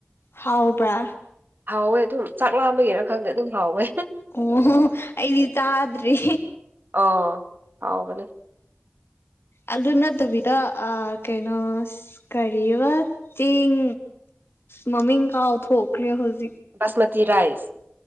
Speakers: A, on the left (about 80°); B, on the right (about 55°).
A: ꯍꯥꯎꯕ꯭ꯔꯥ
B: ꯍꯥꯎꯋꯦ ꯑꯗꯨꯝ ꯆꯥꯛ ꯂꯥꯝꯕꯒꯤꯅ ꯈꯪꯗꯦ ꯑꯗꯨꯝ ꯍꯥꯎꯋꯦ
A: ꯑꯣ ꯑꯩꯗꯤ ꯆꯥꯗ꯭ꯔꯤ
B: ꯑꯣ ꯍꯥꯎ ꯃꯅꯤ
A: ꯑꯗꯨ ꯅꯠꯇꯕꯤꯗ ꯀꯩꯅꯣ ꯀꯔꯤꯔꯤꯕ ꯆꯦꯡ ꯃꯝꯃꯤ ꯏ ꯀꯥꯎ ꯊꯣꯈꯔꯦ ꯍꯧꯁ
B: ꯁꯃꯇꯤ ꯔꯥꯏꯁ